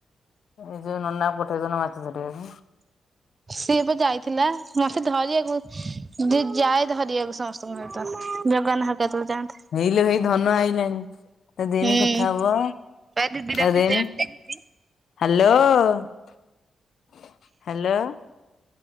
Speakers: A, on the left; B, on the right.
A: ଏଇ ନନା ଙ୍କୁ ପଡେଇଦେଉନ ମାଛ ଧରିବାକୁ।
B: ସିଏ ଏବେ ଯାଇଥିଲା ମାଛ ଧରିବାକୁ। ଦି ଯାଏ ଧରିବାକୁ ସମସ୍ତଙ୍କ ସହିତ ଜଗନ୍ନା ହର କେତେବେଳେ ଯାଆନ୍ତେ।
A: ହେଇଲେ ଭାଇ ଧନ ଆଇଲାଣି। ଏଦନି
B: ବା
A: କଥାବା
B: ଦିଦି ଡାକୁଚି
A: ଏଦନି
B: ଡାକିଦେ
A: <unintelligible>
B: ଦିଦି।
A: Hello hello.